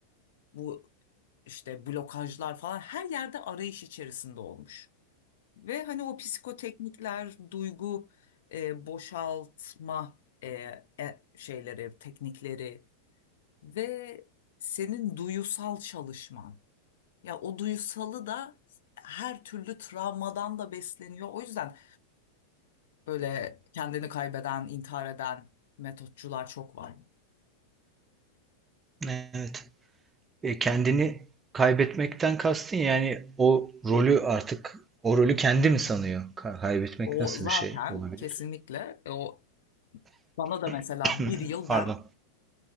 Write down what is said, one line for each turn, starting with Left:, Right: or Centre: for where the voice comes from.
Left: bu işte blokajlar falan her yerde arayış içerisinde olmuş. Ve hani o psikoteknikler, duygu e, boşaltma e, e, şeyleri, teknikleri ve senin duyusal çalışman. Ya o duyusalı da her türlü travmadan da besleniyor. O yüzden böyle kendini kaybeden, intihar eden metotçular çok var.
Right: Evet. E, kendini kaybetmekten kastın yani o rolü artık o rolü kendi mi sanıyor? Ka- kaybetmek
Left: O
Right: nasıl
Left: zaten
Right: bir şey olabilir?
Left: kesinlikle e, o bana da mesela
Right: <clears throat>
Left: bir yıl
Right: Pardon.
Left: ben